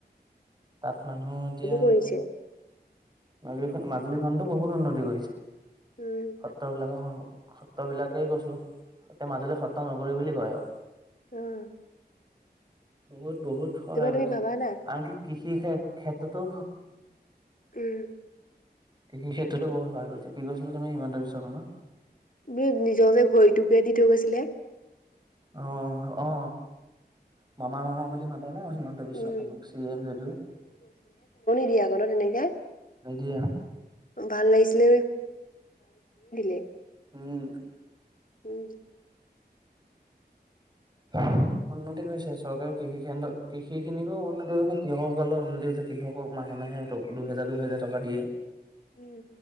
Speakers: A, on the right; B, on the left.
A: তাত মানুহ এতিয়া
B: কৰিছে
A: মাজুলীখন মাজুলীখনতো বহুত উন্নতি কৰিছে।
B: উম
A: সত্ৰ বিলাকক সত্ৰ বিলাকেই কৈছো। এতিয়া মাজুল সত্ৰ নকৰি বুলি কয় আৰু।
B: অহ।
A: বহুত বহুত সহায় কৰিছো।
B: তুমি ভাবা না
A: আনকি কৃষি ক্ষেত্ৰতো
B: উম।
A: কৃষিৰ ক্ষেত্ৰতো বহুত সহায় কৰিছে। কি কৈছিলা তুমি হিমন্ত বিশ্ব শৰ্মা?
B: <unintelligible>
A: অ অ মামা মামা বুলি মা মতে ন হিমন্ত বিশ্ব
B: উম
A: শৰ্মাক চি এম যদিও।
B: <unintelligible> তেনেকাই
A: নিদিয়ে
B: ভাল লাগিছিলে <unintelligible>
A: উম।
B: উম।
A: <unintelligible> উন্নতি হৈছে। চৰকাৰে কৃষিৰ কৃষি খিনিকো উন্নতি কৃষকসকলেৰ উন্নতি কৃষক মাহ মাহে, মাহে দুহেজাৰ, দুহেজাৰ টকা দিয়ে।
B: উম